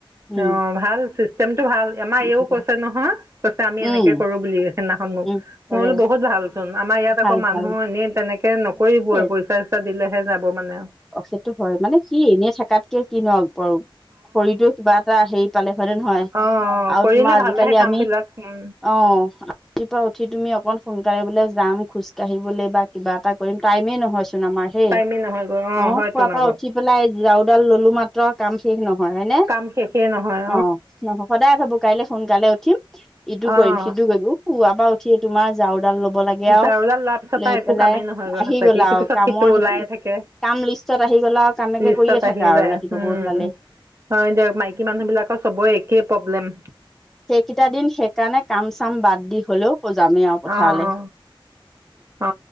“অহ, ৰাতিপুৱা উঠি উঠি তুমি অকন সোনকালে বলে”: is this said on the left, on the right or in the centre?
Centre